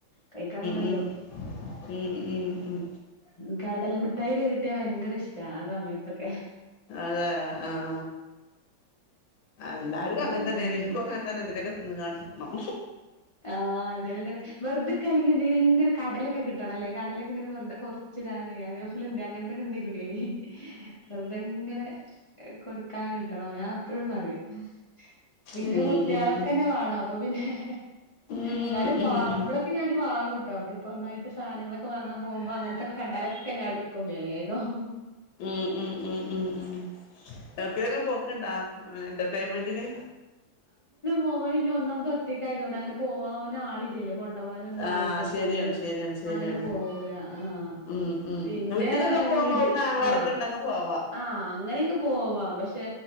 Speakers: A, on the left (about 35°); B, on the left (about 80°).
A: കഴിക്കാങ്ങത്തോന്നും
B: ഉം ഉം ഉം ഉം ഉം
A: ഉം കടലമുട്ടായൊക്കെ കിട്ടിയാ ഭയങ്കര ഇഷ്ടാ ആ സമയത്തൊക്ക്
B: അതെ ആഹ് എല്ലാർക്കും
A: അതുണ്ടാവുല്ലാന്ന്
B: അങ്ങനെ തന്നെയാണ് എനിക്കും അങ്ങനെ തന്നെ എന്തെലൊക്കെ തിന്ന്കാണ്ടിരിക്കണം
A: ആ എന്തേലുങ്ങനെ വെറുതിരിക്കാണേങ്കി എന്തെലുങ്ങനെ കടലക്കെക്കിട്ടണം. കടലക്കെങ്ങനെ വെറ്തെക്കൊറ്ച്ചിടാനേ. അതേപ്പോലെന്തെ അങ്ങത്തൊക്കെ എന്തേങ്കിലെ വെറുതെങ്ങനെ കൊറിക്കാൻ കിട്ടണം ഞാനെപ്പഴും പറയും. - വിനു
B: ഉം
A: കുട്ടിയാൾക്ക്തന്നെവേണമപ്പപ്പിന്നെ.
B: ഉം ഉം
A: -
B: ഉം
A: എന്നാലും
B: ഉം
A: വാങ്ങുമ്പളക്കെ
B: ഉം ഉം
A: ഞാനരിവാങ്ങു നമ്മെളിപ്പൊഒന്നായിട്ട് സാധനങ്ങളൊക്കെ വാങ്ങാപോകുമ്പോഅങ്ങനെത്തെക്കെ കണ്ടാല് ഞാനെടുക്കും വേഗം-
B: മ് മ് മ് മ് മ്. അക്കയൊക്കെപ്പൊക്കുണ്ടോ എന്റെർറ്റെമെന്റിന്?
A: പോവയില്ലൊന്നാമത് ഒറ്റക്കായത്ക്കൊണ്ട്. അങ്ങെനെപ്പോവാനാളില്ലല്ലോ.? കൊണ്ടുപോവാനൊന്നും
B: ആഹ്
A: ആളില്ലാത്തൊണ്ടേ.
B: ശരിയാണ് ശരിയാണ് ശരിയാണ്
A: അങ്ങെനെ പോവൂല്ല. ആഹ്
B: ഉം ഉം
A: പിന്നെ
B: വീട്ട്ക്കൊക്കെ പോകുമ്പോ
A: വിട്
B: അവിടുന്ന് ആങ്ങളാരൊക്കെ
A: ആ
B: ഉണ്ടെങ്കി പോവാ
A: ആ അങ്ങെനെയെക്കെ പോവാം പക്ഷെ- ക്ഷേ